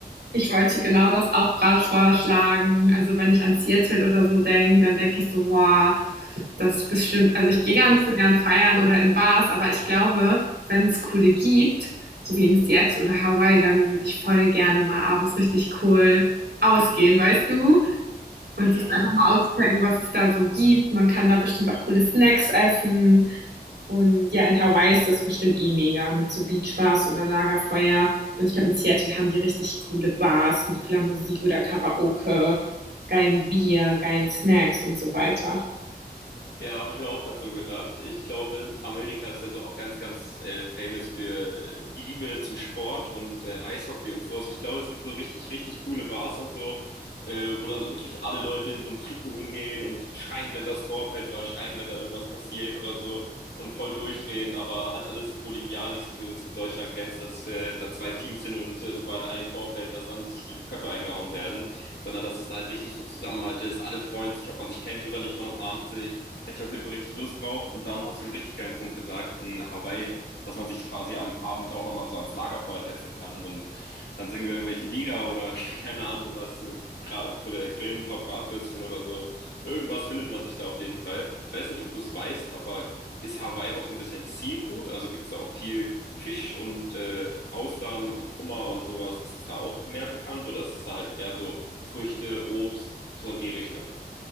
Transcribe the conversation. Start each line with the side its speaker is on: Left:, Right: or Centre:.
Right: Ich wollte genau das auch gerade vorschlagen. Also, wenn ich an Seattle oder so denke, dann denke ich so: „Boah, das ist bestimmt“ also, ich gehe gar nicht so gern feiern oder in Bars, aber ich glaube, wenn es coole gibt, so wie in Seattle oder Hawaii, dann würde ich voll gerne mal abends richtig cool ausgehen, weißt du? Und
Left: Mm,
Right: das einfach mal auschecken, was es da so gibt. Man kann da bestimmt auch coole Snacks essen und ja, in Hawaii ist das bestimmt eh mega mit so Beachbars oder Lagerfeuer. Und ich glaube, in Seattle haben die richtig coole Bars mit cooler Musik oder Karaoke, geilen Bier, geilen Snacks und so weiter.
Left: Ja, habe ich mir auch gerade so gedacht. Ich glaube, Amerika ist ja so auch ganz, ganz äh, famous für äh, die Liebe zum Sport und äh, Eishockey und sowas. Und ich glaube, es gibt so richtig, richtig coole Bars und so, äh, wo dann wirklich alle Leute in so einem Trikot hingehen und schreien, wenn das Tor fällt oder schreien, wenn da irgendwas passiert oder so und voll durchdrehen, aber halt alles so kollegial, nicht so wie du das in Deutschland kennst, dass äh, da zwei Teams sind und äh, sobald ein Tor fällt, dass dann sich die Köpfe eingehauen werden, sondern dass es da halt richtig so Zusammenhalt ist, alle freuen sich, ob man sich kennt oder nicht, man umarmt sich. Hätte ich auf jeden Fall richtig Lust drauf. Und dann hast du einen richtig geilen Punkt gesagt in Hawaii, dass man sich quasi am Abend auch nochmal so ans Lagerfeuer setzen kann. Und dann singen wir irgendwelche Lieder oder <laughs> keine Ahnung was, äh, äh, grillen ein paar Bratwürstchen oder so. Irgendwas findet man sich da auf jeden Fall. Ich weiß nicht, ob du es weißt, aber ist Hawaii auch so ein bisschen Seafood? Also gibt es da auch viel Fisch und äh, Austern und Hummer und sowas? Ist es da auch mehr bekannt oder ist es da halt eher so Früchte, Obst, so in die Richtung?